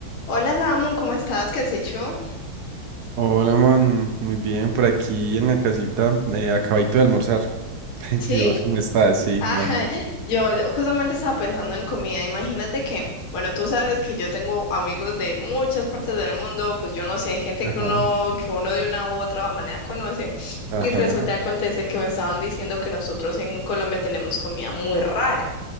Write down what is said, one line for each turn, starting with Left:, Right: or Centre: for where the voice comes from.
Left: Hola Samu, ¿cómo estás? ¿Qué has hecho?
Right: Hola Manu, muy bien, por aquí en la casita, eh, acabadito de almorzar. <laughs>
Left: Sí,
Right: ¿Y vos cómo estás? Sí,
Left: ah,
Right: imagino.
Left: <laughs> yo, yo justamente estaba pensando en comida. Imagínate que, bueno, tú sabes que yo tengo amigos de muchas partes del mundo, pues yo no sé, gente
Right: Ajá,
Left: que uno, que uno de una u otra manera conoce,
Right: ajá.
Left: y resulta que acontece que me estaban diciendo que nosotros en Colombia tenemos comida muy rara.